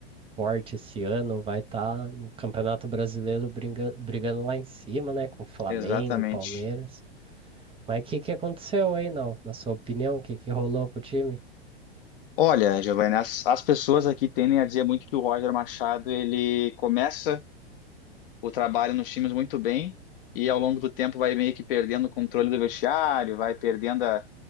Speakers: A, on the right; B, on the left.
A: forte esse ano, vai estar no Campeonato Brasileiro brigando, brigando lá em cima, né? Com o Flamengo,
B: exatamente.
A: Palmeiras. Mas o que que aconteceu aí, não? Na sua opinião, o que que rolou com o time?
B: Olha, Giovanni, as, as pessoas aqui tendem a dizer muito que o Roger Machado, ele começa o trabalho nos times muito bem e ao longo do tempo vai meio que perdendo o controle do vestiário, vai perdendo a-